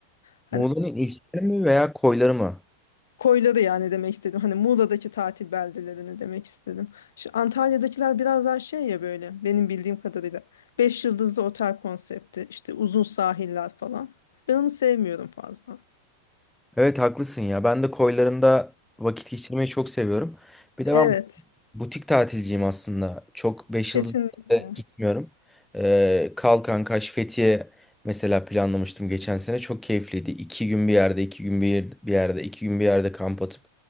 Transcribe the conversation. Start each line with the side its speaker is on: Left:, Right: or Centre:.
Left: Hani
Centre: Muğla'nın ilçeleri mi veya koyları mı?
Left: Koyları yani demek istedim. Hani Muğla'daki tatil beldelerini demek istedim. Şu Antalya'dakiler biraz daha şey ya böyle benim bildiğim kadarıyla. Beş yıldızlı otel konsepti işte uzun sahiller falan. Ben onu sevmiyorum fazla.
Centre: Evet haklısın ya. Ben de koylarında vakit geçirmeyi çok seviyorum. Bir de
Left: Evet
Centre: ben Butik tatilciyim aslında. Çok beş
Left: kesinlikle.
Centre: yıldız otelde gitmiyorum. Ee, Kalkan, Kaş, Fethiye mesela planlamıştım geçen sene. Çok keyifliydi. 2 gün bir yerde, 2 gün bir, bir yerde, 2 gün bir yerde kamp atıp